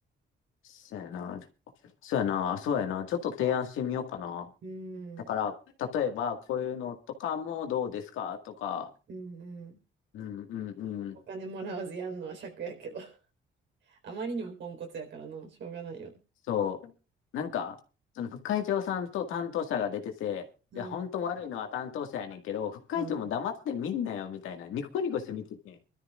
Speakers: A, on the left; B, on the right.
A: そうやな、そうやな、そうやな、ちょっと提案してみようかな。
B: うん、
A: だから、例えば、こういうのとかもどうですかとか、
B: うん、うん。
A: うんうんうん。
B: お金もらわずやんのは癪やけど。<laughs> あまりにもポンコツやからな、しょうがないよね。
A: そう。なんか、その副会長さんと担当者が出てて、
B: うん。
A: いや、本当悪いのは担当者やねんけど、副会長も黙ってみんなよ、
B: あ <laughs>
A: みたいな。ニコニコして見てて。